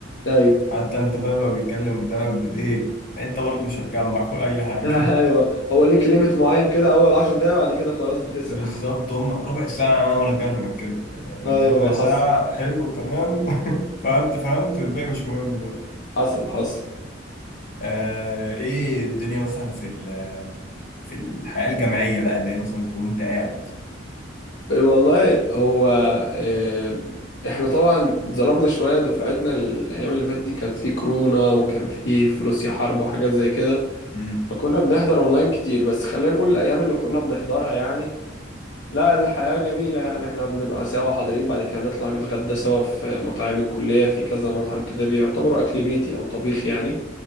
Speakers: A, on the left; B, on the left.
A: ايوه
B: حتى انت فاهم لو بيتكلم قدامك بالايه يعني انت برضه مش هتجمع <laughs> اي حاجة
A: <laughs> ايوه هو ليك ليميت معين كده اول عشر دقايق بعد كده خلاص بتسرح
B: بالظبط هم ربع ساعة وأنا كرمك كده يعني
A: ايوه
B: أنت ربع ساعة
A: حصل
B: حلو تمام <laughs> فهمت فهمت والباقي مش مهم بقى
A: حصل حصل
B: آه إيه الدنيا مثلا في ال- في الحياة الجامعية بقى اللي هي مثلا أنت وأنت قاعد
A: والله هو آه، احنا طبعا اتظلمنا شوية دفعتنا الأيام اللي فاتت دي كانت في كورونا وكان في في روسيا حرب وحاجات زي كده
B: مم.
A: فكنا بنحضر أونلاين كتير بس خلينا نقول الأيام اللي كنا بنحضرها يعني لا الحياة جميلة يعني احنا بنبقى سوا حاضرين بعد كده نطلع نتغدى سوا في مطاعم الكلية في كذا مطعم كده بيعتبروا أكل بيتي أو طبيخ يعني